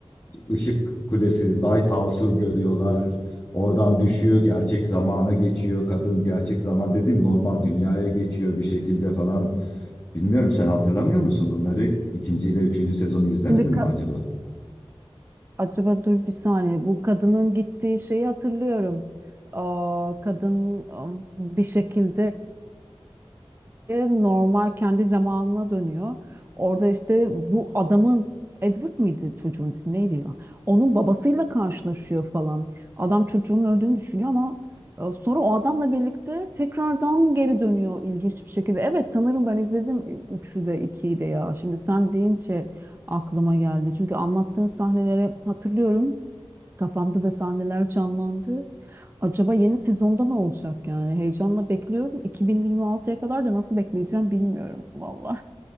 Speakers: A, on the left; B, on the right.
A: ışık kulesi, lighthouse'u görüyorlar. Oradan düşüyor, gerçek zamana geçiyor. Kadın gerçek zaman dediğim normal dünyaya geçiyor bir şekilde falan. Bilmiyorum sen hatırlamıyor musun bunları? İkinci ile üçüncü sezonu izlemedin
B: Şimdi ka-
A: mi acaba?
B: acaba dur bir saniye. Bu kadının gittiği şeyi hatırlıyorum. Aa, kadın um, bir şekilde e, normal kendi zamanına dönüyor. Orada işte bu adamın Edward mıydı çocuğun ismi neydi ya? Onun babasıyla karşılaşıyor falan. Adam çocuğun öldüğünü düşünüyor ama e, sonra o adamla birlikte tekrardan geri dönüyor ilginç bir şekilde. Evet sanırım ben izledim e, üçü de 2'yi de ya. Şimdi sen deyince aklıma geldi. Çünkü anlattığın sahneleri hatırlıyorum. Kafamda da sahneler canlandı. Acaba yeni sezonda ne olacak yani? Heyecanla bekliyorum. 2026'ya kadar da nasıl bekleyeceğim bilmiyorum valla.